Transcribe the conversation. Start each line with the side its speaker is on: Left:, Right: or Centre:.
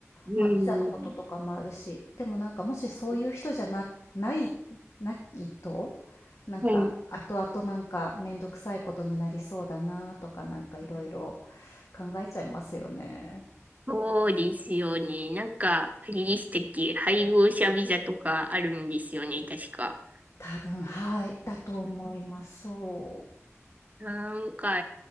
Right: うん。
Left: まあ、ビザのこととかもあるし、でもなんかもしそういう人じゃな、ない、ないと、なんか後々なんかめんどくさいことになりそうだなとかなんかいろいろ
Right: はい。
Left: 考えちゃいますよね。
Right: そうですよね。なんか、あれでしたっけ、配偶者ビザとかあるんですよね、確か。
Left: 多分、はい、だと思います。そう。
Right: なんか、